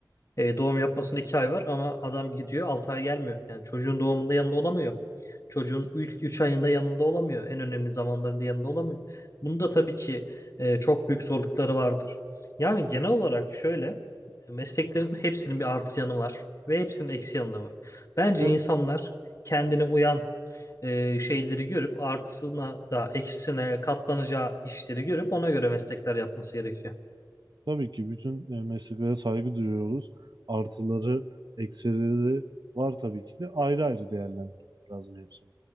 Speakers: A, on the left (about 45°); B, on the right (about 70°).
A: E, doğum yapmasında 2 ay var ama adam gidiyor 6 ay gelmiyor. Yani çocuğun doğumunda yanında olamıyor. Çocuğun 3 ayında yanında olamıyor. En önemli zamanlarında yanında olamıyor. Bunda tabii ki e, çok büyük zorlukları vardır. Yani genel olarak şöyle mesleklerin hepsinin bir artı yanı var ve hepsinin eksi yanı da var. Bence
B: Tabii,
A: insanlar kendine uyan e, şeyleri görüp artısına da eksisine katlanacağı işleri görüp ona göre meslekler yapması gerekiyor.
B: tabii ki bütün e, mesleklere saygı duyuyoruz. Artıları, eksileri var tabii ki de ayrı ayrı değerlendirmek lazım hepsini.